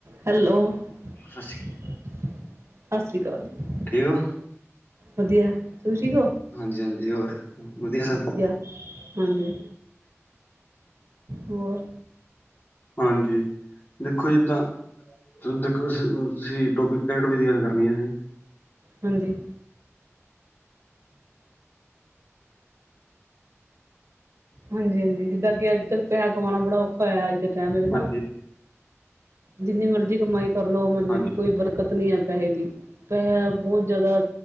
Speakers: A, on the right (about 60°); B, on the left (about 40°).
A: Hello.
B: ਸਸੀ
A: ਸਤਿ ਸ੍ਰੀ ਅਕਾਲ ਜੀ।
B: ਠੀਕ ਓ?
A: ਵਧੀਆ। ਤੁਸੀਂ ਠੀਕ ਹੋ
B: ਹਾਂਜੀ, ਹਾਂਜੀ ਹੋਰ ਵਧੀਆ, ਸਭ।
A: ਹਾਂਜੀ, ਹੋਰ
B: ਹਾਂਜੀ, ਦੇਖੋ ਜਿੱਦਾ ਦੇਖੋ ਤੁਸੀਂ ਟੋਪਿਕ ਕਿਹੇ ਟੋਪੇ ਦੀ ਗੱਲ ਕਰਨੀ ਹੈ ਜੀ
A: ਹਾਂਜੀ ਹਾਂਜੀ ਹਾਂਜੀ ਜਿੱਦਾਂ ਕਿ ਅੱਜ ਕੱਲ ਪੈਸਾ ਕਮਾਉਣਾ ਬੜਾ ਔਖਾ ਹੋਇਆ ਅੱਜ ਦੇ ਟਾਈਮ ਵਿੱਚ
B: ਹਾਂਜੀ
A: ਨਾ ਜਿੰਨੀ ਮਰਜ਼ੀ ਕਮਾਈ ਕਰ ਲਓ ਮਤਲਬ
B: ਹਾਂਜੀ
A: ਕਿ ਕੋਈ ਬਰਕਤ ਨਹੀਂ ਹੈ ਪੈਸੇ ਦੀ ਪੈਸੇ ਬਹੁਤ ਜ਼ਿਆਦਾ